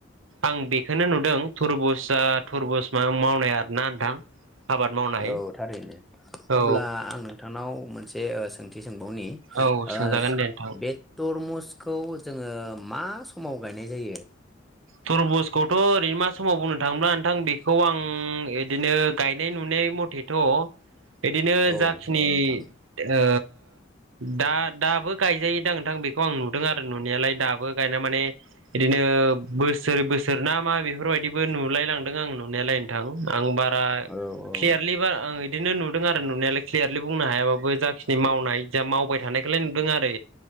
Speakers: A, on the right (about 80°); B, in the centre.
A: आं बेखौनो नुदों तुरबुजआ तुरबुज मा मावनाया ना नोंथां आबाद मावनाय
B: औ थारैनो
A: औ
B: अब्ला आं नोंथां नोंनाव मोनसे ओ सोंथि सोंबावनि
A: औ
B: ओ
A: सोंजागोन दे नोंथां
B: बे तरमुज खौ जोङो मा समाव गायनाय जायो?
A: तुरबुज खौथ' ओरैनो मा समाव बुंनो थाङोब्ला नोंथां बेखौ आं इदिनो गायनाय नुनाय मथैथ' इदिनो
B: औ
A: जाखिनि
B: नंगौ नोंथां
A: ओ दा दाबो गायजायो दां नोंथां बेखौ आं नुदों आरो नुनायालाय दाबो गायना माने इदिनो ओशबोसोर बोसोरना मा बेफोरबायदिबो नुलायलांदों आं नुनायालाय नोंथां आं बा रा
B: औ औ
A: क्लेयारलि बारा आं इ बिदिनो नुदों आरो नुनायालाय क्लियारलि बुंनो हायाबाबो जाखिनि मावनाय जा मावबाय थानायखौलाय नुदों आरो